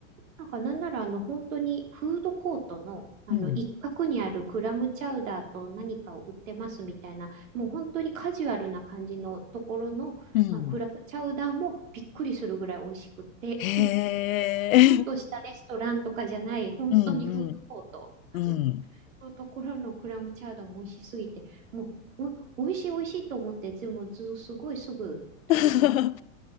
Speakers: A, on the right; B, on the left.
A: なんかなんならあの、本当にフードコートの、あの、
B: うん、
A: 一角にあるクラムチャウダーと何かを売ってますみたいな、もう本当にカジュアルな感じのところの、
B: うん。
A: あのクラムチャウダーもびっくりするぐらい美味しくって、
B: へえ、
A: ちゃんとしたレストランとかじゃない、
B: <laughs>
A: 本当にフードコート。
B: うんうん、うん。
A: のところのクラムチャウダーも美味しすぎて、もうお、美味しい美味しいと思って、でもず、すごいすぐ食べき
B: <laughs>